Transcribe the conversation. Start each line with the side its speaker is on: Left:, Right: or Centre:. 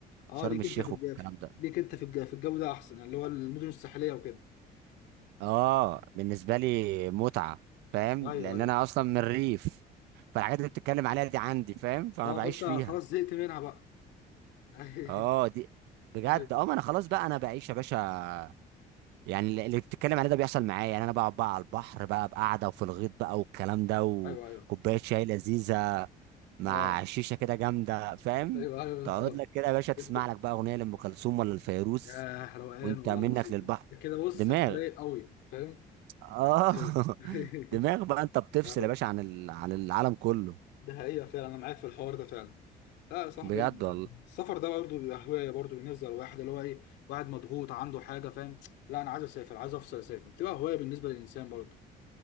Left: اه
Right: شرم
Left: ليك
Right: الشيخ
Left: انت في الجو
Right: والكلام ده
Left: ليك انت في الجو في الجو ده احسن اللي هو المدن الساحليه وكده
Right: اه بالنسبه لي متعه فاهم
Left: ايوه
Right: لان
Left: ايوه
Right: انا اصلا من الريف فالحاجات اللي بتتكلم عليها دي عندي فاهم فانا
Left: اه
Right: بعيش
Left: فانت
Right: فيها
Left: خلاص زهقت منها بقى <laughs>
Right: اه دي بجد
Left: ايوه
Right: اه ما انا خلاص بقى انا بعيش يا باشا يعني اللي اللي بتتكلم عليه ده بيحصل معايا يعني انا بقعد بقى على البحر بقى بقعده وفي الغيط بقى والكلام ده وكوبايه
Left: ايوه ايوه
Right: شاي لذيذه مع
Left: اه
Right: شيشه كده جامده فاهم
Left: ايوه ايوه بالظبط
Right: تقعد لك كده يا باشا تسمع
Left: انت
Right: لك بقى اغنيه لام كلثوم ولا الفيروز
Left: يا روقان
Right: وانت
Left: والله
Right: منك
Left: العظيم
Right: للبحر
Left: انت كده بص
Right: دماغ
Left: انت رايق قوي فاهم
Right: اه
Left: ايوه <laughs>
Right: <laughs> دماغ بقى انت بتفصل
Left: ايوه
Right: يا باشا عن ال... عن العالم كله
Left: ده حقيقة فعلا انا معاك في الحوار ده فعلا لا يا صاحبي
Right: بجد والله
Left: السفر ده برضه بيبقى هواية برضه بالنسبة للواحد اللي هو ايه واحد مضغوط عنده حاجة فاهم لا انا عايز اسافر عايز افصل اسافر بتبقى هواية بالنسبة للانسان برضه